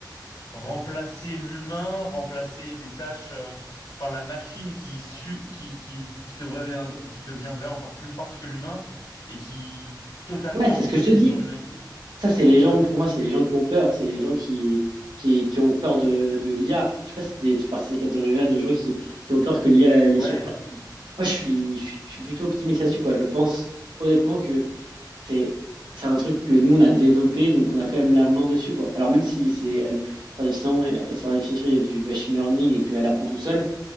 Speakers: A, on the left (about 60°); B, on the right (about 80°).
A: remplacer l'humain, remplacer des tâches, euh, enfin la machine qui, su- qui, qui, qui, devrait- qui deviendrait encore plus forte que l'humain et qui totalement
B: Ouais, c'est
A: pourrait
B: ce que je te
A: détruire
B: dis.
A: l'humanité.
B: Ça, c'est les gens,
A: Ouais.
B: pour moi, c'est les gens qui ont peur. C'est les gens qui, qui, qui ont peur de, de l'IA. Je sais pas si t'es- tu fais partie de ces catégories-là de gens qui, qui ont peur que l'IA la- les
A: Ouais.
B: surpasse. tu vois. Moi, je suis, je suis je suis plutôt optimiste là-dessus, quoi. Je pense honnêtement que c'est, c'est un truc que nous, on a développé, donc on a quand même la main dessus, quoi. Alors, même si c'est, elle, par définition, elle- sur la définition, il y a du machine learning et qu'elle apprend tout seule,